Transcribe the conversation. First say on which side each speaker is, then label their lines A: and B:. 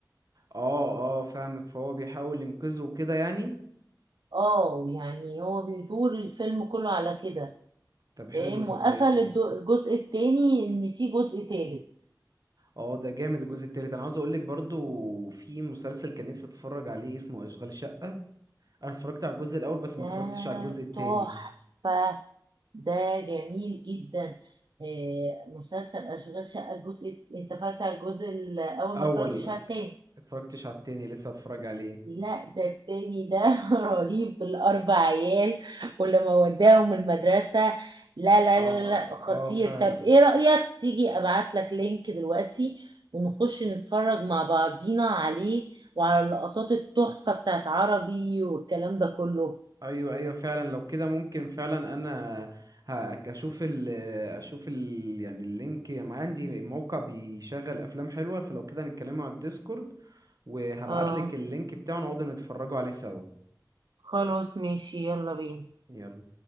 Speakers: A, on the right; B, on the right.
A: اه اه فاهمك فهو بيحاول ينقذه كده يعني
B: اه يعني هو بيدور الفيلم كله على كده
A: طب حلو
B: فاهم
A: صدقني
B: وقفل الدو- الجزء التاني ان في جزء تالت
A: اه ده جامد الجزء التالت انا عاوز اقولك برضو في مسلسل كان نفسي اتفرج عليه اسمه اشغال شقة انا اتفرجت على الجزء الاول بس ما
B: ده
A: اتفرجتش على الجزء التاني
B: تحفة ده جميل جدا آه، مسلسل أشغال شقة الجزء انت اتفرجت على الجزء الأول
A: اول
B: ما اتفرجتش على التاني
A: اتفرجتش على التاني لسه هتفرج عليه
B: لا ده التاني ده <laughs> رهيب بالأربع عيال ولما وداهم المدرسة لا لا
A: اه
B: لا
A: اه,
B: لا خطير
A: آه فعلا
B: طب ايه رأيك تيجي ابعت لك لينك دلوقتي ونخش نتفرج مع بعضينا عليه وعلى اللقطات التحفة بتاعت عربي والكلام ده كله
A: ايوه ايوه فعلا لو كده ممكن فعلا انا ه- اشوف ال اشوف ال يعني اللينك ما عندي موقع بيشغل افلام حلوه فلو كده نتكلموا على الديسكورد وهبعتلك
B: اه
A: اللينك بتاعه نقعد نتفرجوا عليه سوا
B: خلاص ماشي يلا بينا
A: يلا